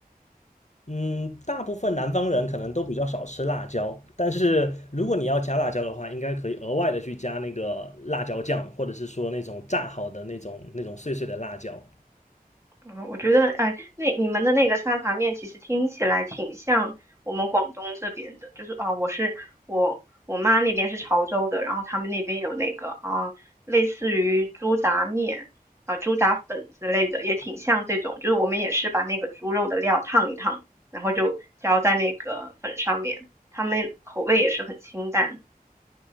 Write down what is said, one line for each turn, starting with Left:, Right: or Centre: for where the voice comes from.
Left: 嗯，大部分南方人可能都比较少吃辣椒，但是如果你要加辣椒的话，应该可以额外的去加那个辣椒酱，或者是说那种炸好的那种那种碎碎的辣椒。
Right: 嗯，我觉得，哎，那你们的那个沙茶面其实听起来挺像我们广东这边的，就是啊，我是我我妈那边是潮州的，然后他们那边有那个啊，类似于猪杂面啊、猪杂粉之类的，也挺像这种，就是我们也是把那个猪肉的料烫一烫，然后就浇在那个粉上面，他们口味也是很清淡的